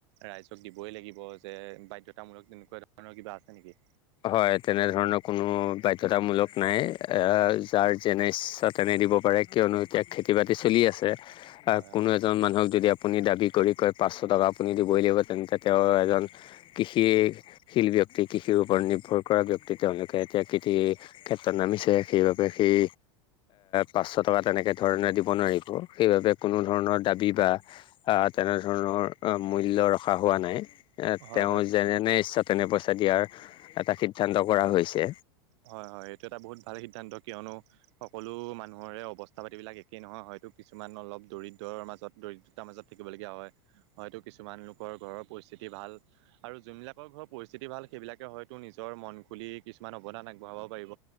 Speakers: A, on the right; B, on the left.
A: ৰাইজক দিবই লাগিব যে বাধ্যতামূলক তেনেকুৱা ধৰণৰ কিবা আছে নেকি?
B: হয় তেনেধৰণৰ কোনো বাধ্যতামূলক নাই এ যাৰ যেনে ইচ্ছা তেনে দিব পাৰে কিয়নো এতিয়া খেতি বাতি চলি আছে
A: হয়
B: কোনো
A: হয়
B: এজন মানুহ এতিয়া আপুনি দাবী কৰি কয় পাঁচশ টকা আপুনি দিবই লাগিব তেন্তে তেওঁ এজন কৃষি শিল্পী ব্যক্তি কৃষিৰূপ ওপৰত নিৰ্ভৰ কৰা ব্যক্তি তেওঁলোকে এতিয়া কৃষিৰ ক্ষেত্ৰত নামিছে সেইবাবে সেই পাঁচশ টকা তেনেকে ধৰণে দিব নোৱাৰিব সেই বাবে কোনো ধৰণৰ দাবী বা আ তেনে ধৰণৰ ধৰণৰ মূল্য ৰখা হোৱা নাই এ
A: হয়
B: তেওঁ
A: হয়
B: যেনেনে ইচ্ছা তেনে পইচা দিয়াৰ এটা সিদ্ধান্ত কৰা হৈছে
A: হয় হয় এইটো এটা বহুত ভাল সিদ্ধান্ত কিয়নো সকলো মানুহৰে অৱস্থা পাতিবলাক একেই নহয় হয় হয়তটো কিছুমান অলপ দৰিদ্ৰৰ মাজত দৰিদ্ৰতাৰ মাজত থাকিবলগীয়া হয় হয়তো কিছুমান লোকৰ ঘৰৰ পৰিস্থিতি ভাল আৰু যোনবিলাকৰ ঘৰৰ পৰিস্থিতি ভাল সেইবিলাকে হয়তো নিজৰ মন খুলি কিছুমান অৱদান আগবঢ়াব পাৰিব